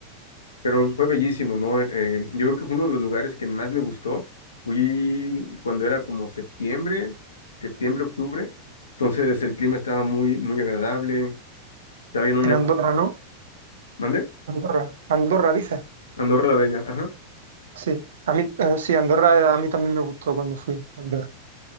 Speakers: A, on the left (about 70°); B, on the right (about 60°).
A: Pero fue bellísimo, ¿no? Eh, yo creo que fue uno de los lugares que más me gustó. Fui cuando era como septiembre, septiembre, octubre. Entonces el clima estaba muy, muy agradable. Estaba bien un
B: En
A: nevado.
B: Andorra, ¿no?
A: ¿Mande?
B: Andorra, Andorra, dices.
A: Andorra la Bella, ajá.
B: Sí, a mí, eh, sí, Andorra a mí también me gustó cuando fui, la verdad.